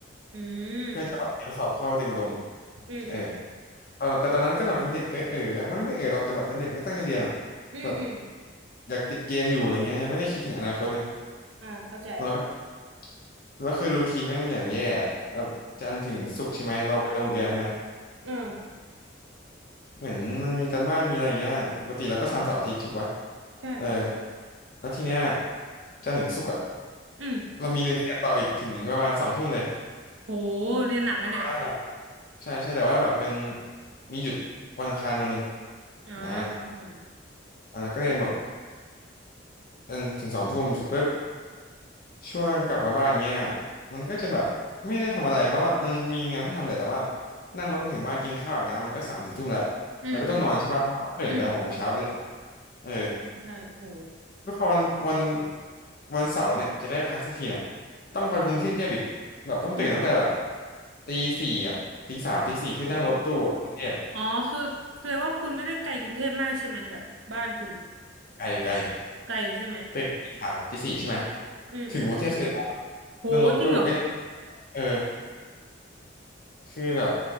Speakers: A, on the right; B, on the left.
A: อื
B: เพื่อจะแบบเตรียมสอบเข้าเตรียมอุดม
A: มอืมอื
B: เออตอนแต่ตอนนั้นก็แบบเป็นเด็กเออเอออะมันไม่ได้เออหรอกแต่แบบเป็นเด็กไม่ตั้งใจเรียนอ่ะ
A: มอืม
B: แบบอยากติดเกมอยู่อะไรเงี้ยยังไม่ได้คิดถึงอนาคตนะ
A: อ่าเข้าใจ
B: เราก็แล้วคือรูทีนแม่งอย่างแย่อะแบบจันทร์ถึงศุกร์ใช่ไหมเราไปโรงเรียนใช่ไหม
A: อืมเออ
B: เหมือนมันมีการบ้านมีอะไรอย่างเงี้ยปกติเราก็ทำเสาร์อาทิตย์ถูกปะ
A: ใช่
B: เออแล้วทีเนี้ยจันทร์ถึงศุกร์อะ
A: อืม
B: เรามีเรียนพิเศษต่ออีกถึงประมาณสองทุ่มเลย
A: โหเรียนหนักกันเนี่ย
B: ว่าใช่ใช่แต่ว่าแบบเป็นมีหยุดวันอังคารวันหนึ่ง
A: อ่าอืมอืม
B: อ่าอ่าก็เรียนแบบจนถึงสองทุ่มเสร็จปุ๊บช่วงกลับมาบ้านเงี้ยมันก็จะแบบไม่ได้ทำอะไรเพราะว่ามันมีงานให้ทำแหละแต่ว่านั่งรถมาถึงบ้านกินข้าวแบบน้ำมันก็สามสี่ทุ่มแล้วเราก็ต้องนอนใช่ปะต้องตื่นแต่หกโมงเช้าไปเรียน
A: อืมอืมอืม
B: เออ
A: ใช่โอ้โห
B: แล้วพอวันวันวันเสาร์เนี่ยจะได้พักสักทีเนี่ยต้องไปกรุงเทพอีกแบบต้องตื่นตั้งแต่แบบ
A: อืม
B: ตีสี่อ่ะตีสามตีสี่เพื่อนั่งรถตู้แบบกรุงเทพ
A: อืมอ๋อคือแสดงว่าคุณไม่ได้ไกลกรุงเทพมากใช่ไหมแบบบ้านคุณ
B: ไกลไกล
A: ไกลอยู่ใช่ไหม
B: ตื่นตีสามตีสี่ใช่ไหม
A: อืมอืม
B: ถึงกรุงเทพสิบเอ็ดโมง
A: โหจริงเหรอ
B: นั่งรถตู้เอ้ยนั่งเออคือแบบ